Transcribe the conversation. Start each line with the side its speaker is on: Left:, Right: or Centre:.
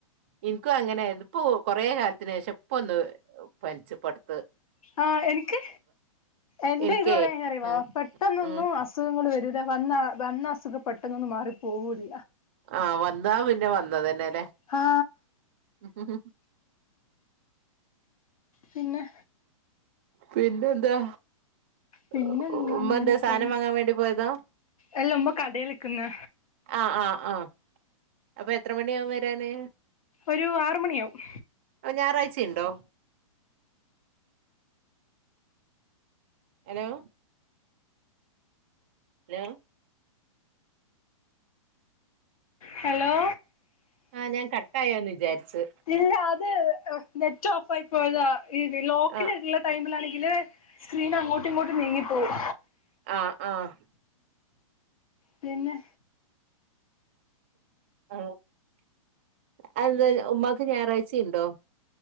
Right: എനിക്കും അങ്ങനാരുന്നു ഇപ്പോ കൊറേ കാലത്തിനേഷം ഇപ്പൊന്ന് പനിച്ചു പ്പടുത്ത്
Left: ആഹ് എനിക്ക് എന്റെ
Right: എനിക്കേ
Left: ഇത് പറയാഞ്ഞ അറിയോ
Right: ആഹ്
Left: പെട്ടെന്നൊന്നും
Right: ഉം
Left: അസു സുഖങ്ങൾ വരൂല വന്ന വന്ന അസുഖം പെട്ടെന്നൊന്നും മാറി പോവൂല.
Right: ആഹ് വന്നാ പിന്നെ വന്നതെന്നെല്ലേ?
Left: ഹാ
Right: ഉം ഹും ഹും
Left: പിന്നെ?
Right: പിന്നെന്താ?
Left: പിന്നെ
Right: ഉ ഉ ഉമ്മ
Left: അങ്ങനെ
Right: ന്താ സാനം
Left: പോന്നു
Right: വാങ്ങാ വേണ്ടി പോയതാ?
Left: അല്ല ഉമ്മ കടേൽ നിക്കുന്ന്
Right: ആഹ് ആഹ് ആഹ് അപ്പൊ എത്ര മണിയാകും വരാന്
Left: ഒരു ആറ് മണിയാവും
Right: അ ഞായറാഴ്ചുണ്ടോ? ഹലോ <unintelligible>
Left: ഹലോ
Right: ആഹ് ഞാൻ കട്ടിയോന്ന് വിചാരിച്.
Left: ഇല്ല അത് നെറ്റ് ഓഫായി പോയതാ ഈ ലോക്കില്ള്ള
Right: ആ
Left: ടൈമിലാണെങ്കില് സ്ക്രീൻ അങ്ങോട്ടിങ്ങോട്ടും നീങ്ങിപ്പോവും.
Right: ആഹ് ആഹ്
Left: പിന്നെ?
Right: ആ അഎന്താ ഉമ്മാക്ക് ഞാറാചിണ്ടോ